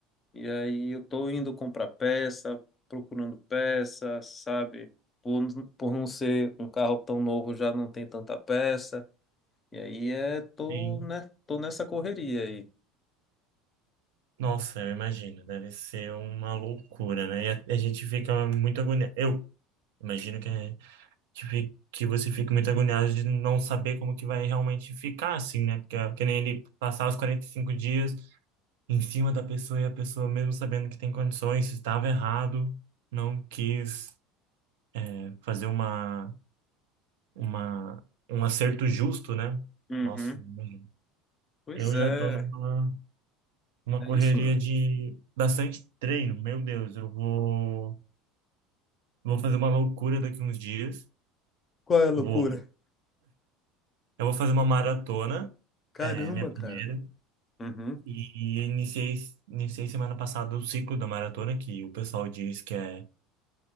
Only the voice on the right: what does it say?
sim.
Nossa, eu imagino, deve ser uma loucura, né? E a, a gente fica muito agoniado. Eu imagino que, a gente fi- que você fique muito agoniado de não saber como que vai realmente ficar, assim, né? Porque é que nem ele passar os 45 dias em cima da pessoa e a pessoa, mesmo sabendo que tem condições, estava errado, não quis né, fazer uma, uma, um acerto justo, né?
Nossa, imagino.
Eu
já tô numa. uma
correria
de bastante treino. Meu Deus, eu vou, vou fazer uma loucura daqui uns dias.
Vou, eu vou fazer uma maratona,
é minha primeira,
e iniciei, iniciei semana passada o ciclo da maratona, que o pessoal diz que é